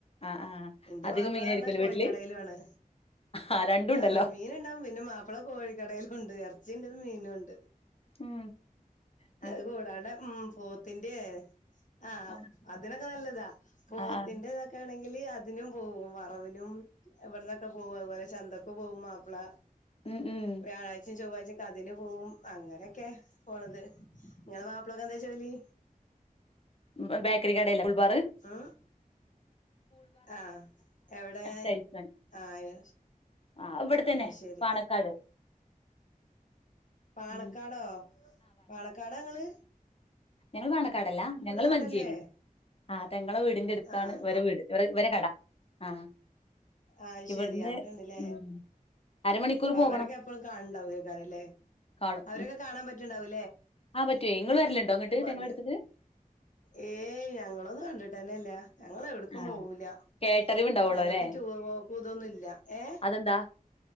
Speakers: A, on the left; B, on the left.
A: ആ ആ
B: എന്റെ
A: അധികം
B: മാപ്പിള
A: മീനായിരിക്കുവല്ലോ
B: പറഞ്ഞാ കോഴിക്കടയൽ
A: വീട്ടില്
B: ആണ്.
A: ആ രണ്ടും ഉണ്ടല്ലോ
B: ആഹ് മീനു ഉണ്ടകും പിന്നെ മാപ്പിള കോഴിക്കടയിലും ഉണ്ട്. ഇറച്ചിണ്ട് മീനുണ്ട്
A: ഉം ഉം
B: അത് കൂടാണ്ടെ ഉം പോത്തിന്റെ- ആഹ്
A: ആ
B: അതിനൊക്കെ നല്ലതാ പോത്തിന്റെതൊക്കെ
A: ആ ആ
B: ആണെങ്കിൽ. ലി അതിനും പോവും വറവിനും ഇവട്ന്നൊക്കെ പോവും അഹ്പോലെ ചന്താക്ക് പോവും മാപ്പിളാ
A: ഉം ഉം
B: വ്യാഴാച ചൊവ്വയ്ച്ച കാ തിന് പോവും അങ്ങനെയൊക്കെ പോണത്. ങ്ങളെ മാപ്പിളേക്ക് എന്താ ജോലി?
A: ബേ ബേക്കറി കടല്ലേ കുൾബാറ്
B: ഉം ആഹ് എവിടെ
A: സെയിൽസ്മാൻ
B: ആയി
A: ആ ഇവിടെത്തന്നെ
B: ആ ശരി
A: പാണക്കാട്
B: പാണക്കാടോ
A: ഉം
B: പാണക്കാടാ ങ്ങള്?
A: ഞങ്ങള്ൾ പാലക്കാട്‌ അല്ല ഞങ്ങള്
B: അവിടെല്ലേ
A: മഞ്ചേരി ആ- തെങ്ങളെ വീടിന്റെ അടുത്താണ്
B: ആഹ്
A: ഇവരെ വീട് ഇവര കട ആ-
B: ആയ് ശെരി
A: ഇവിടുന്ന്
B: അവടെന്നാല്ലോ
A: ഉം അരമണിക്കൂർ
B: അപ്പൊ
A: പോകണം
B: അവരൊക്കെ എപ്പോഴും കാണണ്ടാവുംക്കാര അല്ലേ?
A: കാണും
B: അവരൊക്കെ കാണാൻ പറ്റിണ്ടാവും.
A: ആ പറ്റോ നിങ്ങൾ വരല്ലുണ്ടോ ഇ ങ്ങട്ട്
B: ഭാഗ്യ
A: തെങ്ങളടുതൊട്ട്
B: ഏയ് ഞങ്ങളൊന്ന കണ്ടിട്ടന്നെല്ല ഞങ്ങള് എവിടക്കും
A: ആ
B: പോവൂല.
A: കേട്ടറിവ് ഉണ്ടാവുള്ളൂ
B: ഞങ്ങൾക്ക്
A: അല്ലേ
B: ടൂർ പോക്കും ഇതൊന്നുല്ല. ഏ
A: അതെന്താ